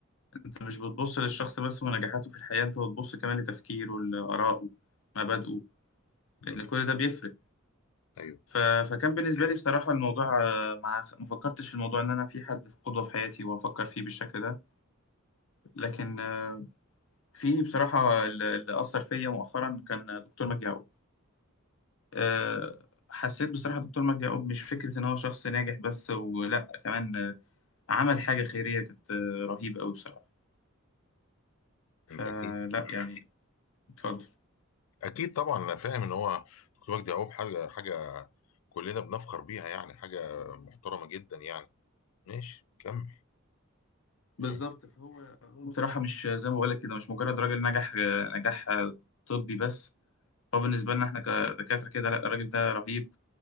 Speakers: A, on the left (about 70°); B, on the left (about 85°).
A: انت مش بتبص للشخص بس ونجاحاته في الحياه انت بتبص كمان لتفكيره لارائه مبادئه
B: مم.
A: لان كل ده بيفرق
B: أيوه
A: ف... فكان بالنسبه لي بصراحه الموضوع آه، ما ما فكرتش في الموضوع ان انا في حد في قدوه في حياتي وافكر فيه بالشكل ده لكن آه، في بصراحه اللي اللي اثر فيا مؤخرا كان دكتور مجدي يعقوب آه، حسيت بصراحة دكتور مجدي يعقوب مش فكرة إن هو شخص ناجح بس ولا كمان آه، عمل حاجة خيرية كانت آه، رهيبة أوي بصراحة فلا
B: أنت أكيد
A: يعني اتفضل
B: اكيد طبعا انا فاهم ان هو دكتور وجدي يعقوب حاجه حاجه كلنا بنفخر بيها يعني حاجه محترمه جدا يعني ماشي كمل تمام
A: بالظبط فهو هو بصراحة مش زي ما بقولك كده مش مجرد راجل نجح آه، نجاح آه، طبي بس هو بالنسبة لنا احنا كدكاترة كده لا الراجل ده رهيب